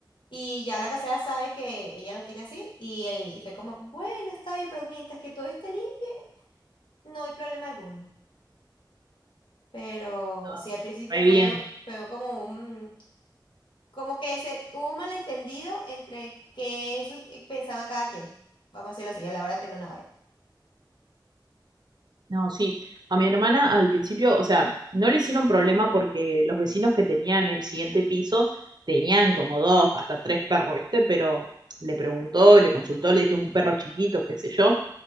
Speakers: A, on the left; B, on the right.
A: Y ya la casera sabe que ella los tiene así y, y fue como, bueno, está bien, pero mientras que todo esté limpio, no hay problema alguno. Pero
B: No,
A: sí, al principio
B: re
A: fue,
B: bien.
A: un- fue como un, como que se, hubo un malentendido entre qué sus- eh, pensaba cada quien, vamos a decirlo así, a la hora de tener una ave.
B: No, sí. A mi hermana al principio, o sea, no le hicieron problema porque los vecinos que tenían el siguiente piso tenían como dos, hasta tres perros, ¿viste? Pero le preguntó, le consultó, le dijo es un perro chiquito, qué sé yo,